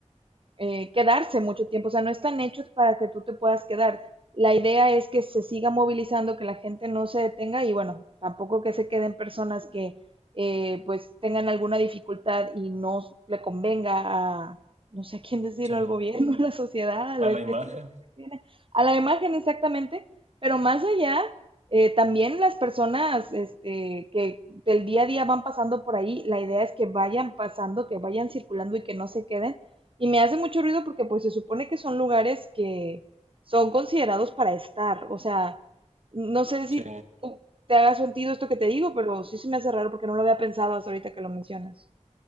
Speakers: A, on the right; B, on the right.
A: eh, quedarse mucho tiempo, o sea, no están hechos para que tú te puedas quedar. La idea es que se siga movilizando, que la gente no se detenga y bueno, tampoco que se queden personas que eh, pues tengan alguna dificultad y no le convenga a, no sé a quién decirlo,
B: sí.
A: al gobierno, <laughs> a la sociedad, a lo
B: A
A: estético
B: la imagen,
A: que se tiene, a la imagen exactamente, pero más allá, eh, también las personas este, que del día a día van pasando por ahí, la idea es que vayan pasando, que vayan circulando y que no se queden y me hace mucho ruido porque pues se supone que son lugares que son considerados para estar. O sea, no sé si
B: sí.
A: tú te haga sentido esto que te digo, pero sí se me hace raro porque no lo había pensado hasta ahorita que lo mencionas.